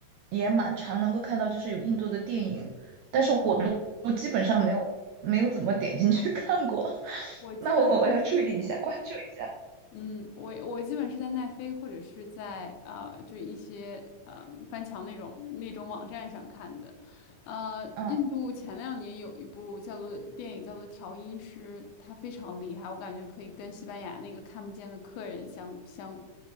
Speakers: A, on the right; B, on the left.
A: 也蛮常能够看到，就是有印度的电影，但是我都我基本上没有没有怎么点进去看过，
B: 嗯，
A: <laughs>
B: 我基本都是，
A: 那我我要注意一下，关注一下。
B: 嗯，我我基本是在奈飞或者是在呃，就一些呃翻墙那种那种网站上看的。呃，
A: 嗯，
B: 印度前两年有一部叫做电影叫做《调音师》，它非常厉害，我感觉可以跟西班牙那个看不见的客人相相